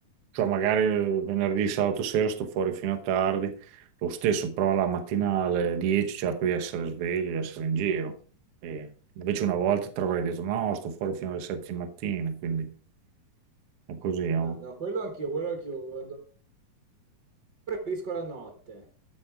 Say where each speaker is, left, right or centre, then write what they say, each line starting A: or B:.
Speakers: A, on the right (about 70°); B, on the right (about 50°).
A: cioè magari venerdì, sabato sera sto fuori fino a tardi, lo stesso però la mattina alle 10 cerco di essere sveglio, di essere in giro. E invece una volta ti avrei detto no, sto fuori fino alle 7 di mattina, quindi è così. è
B: Ah,
A: un-
B: no, quello anch'io, quello anch'io. guardo- Preferisco la notte.